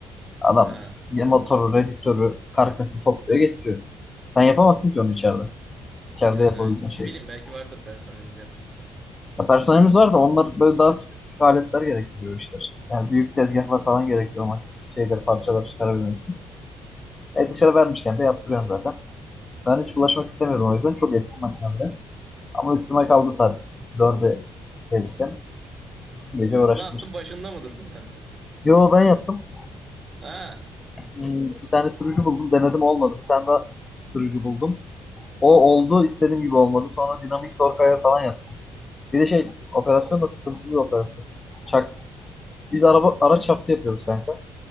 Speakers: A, on the left; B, on the right.
A: Adam
B: Ha
A: ya motoru, redüktörü, karkasını topluyor getiriyor. Sen yapamazsın ki onu içeride. İçeride
B: yani
A: yapabileceğin
B: aynen.
A: şey
B: Ne bileyim
A: kız.
B: belki vardır personelinizde yapacak yani.
A: Ya personelimiz var da onlar böyle daha spesifik aletler gerektiriyor işler. Yani büyük tezgahlar falan gerekiyor ama şeyler parçalar çıkarabilmek için. E dışarı vermişken de yaptırıyorsun zaten. Ben hiç bulaşmak istemiyordum o yüzden. Çok eski makine bile. Ama üstüme kaldı saat 4'e gelirken. İki gece uğraştım
B: Ne yaptın
A: işte.
B: başında mı durdun sen de?
A: Yo ben yaptım.
B: Ha
A: Hmm, Bir tane sürücü buldum. Denedim olmadı. Bir tane daha sürücü buldum. O oldu. istediğim gibi olmadı. Sonra dinamik torkaya falan yaptım. Bir de şey operasyon da sıkıntılı bir operasyon. Çak. Biz araba araç şaftı yapıyoruz kanka.